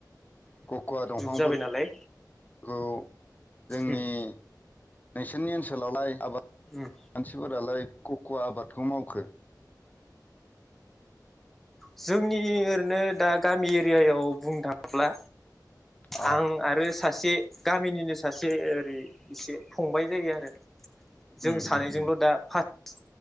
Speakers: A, on the left; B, in the centre.
A: खख'वा दंफांफोरखौ
B: जाबाय नालाय
A: जोंनि
B: उम
A: नोंसोरनि ओनसोलावलाय आबाद
B: उम
A: मानसिफोरालाय खक'व आबादखौ मावखो
B: जोंनि ओरैनो दा गामि एरियायाव बुंनो थाङोब्ला
A: अ
B: आं आरो सासे गामिनिनो सासे ओरै इसे फंबाय जायो आरो।
A: उम
B: जों सानैजोंल'
A: उम उम
B: दा फार